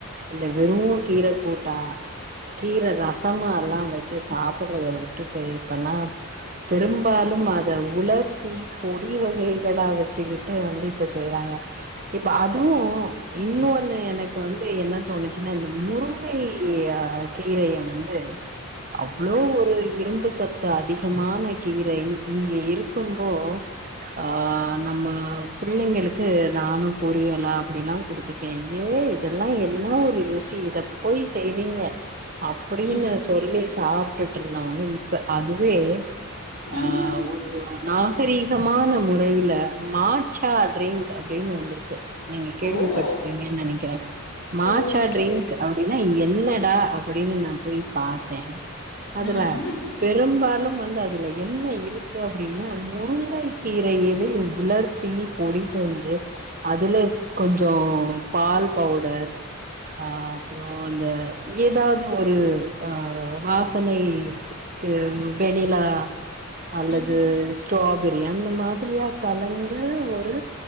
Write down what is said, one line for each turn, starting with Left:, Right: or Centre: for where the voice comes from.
Right: இல்ல வெறூ கீர கூட்டா கீர ரசமால்லா வெச்சு சாப்புட்றத விட்டுட்டு இப்பல்லா பெரும்பாலும்அத உலர்த்தி கொடி வகைகளா வச்சுகிட் ட்டு வந்து இப்ப செய்யறாங்க ப்ப அதுவு இன்னொன்னு எனக்கு வந்து என்ன தோணுச்சுன்னா இந்த முருங்கை கீரையவந்து அவ்ளோ ஒரு இரும்பு சத்து அதிகமான கீரை இங்க இருக்கும்போ ஆ நம்ம புள்ளைங்களுக்கு நானு புரியலா அப்புடில்லா குடுத்துட்டே ஏ இதெல்லா என்ன ஒரு ருசி இத போய் செய்வீங்க அப்டின்னு
Left: ம்
Right: சொல்லி சாப்ட்டுட்டு இருந்தவங்க இப்ப அதுவே
Left: ம்.
Right: அ ஒ நாகரீகமான முறையில மாற்றாடிங் அப்டின்னு வந்து நீங்க கேள்வி
Left: ஓ
Right: பட்ருபீங்கன்னு நெனைக்கிறே மாற்றாட்ரிங்
Left: ஓகே.
Right: அப்டின்னா என்னடா அப்டின்னு நா போய் பாத்தே அதுல
Left: ம்.
Right: பெரும்பாலு வந்து அதுல என்ன இருக்கு அப்டின்னா முருங்கை கீரையவே உலர் தீ பொடி செஞ்சு அதுல கொஞ்சோ பால் பவுடர் அ அப்றோ இந்த ஏதாவ்து ஒரு அ வாசனை க்கு வெண்ணிலா அல்லது
Left: ம்.
Right: ஸ்ட்ராபெரி அந்த மாதிரியா கலந்து ஒரு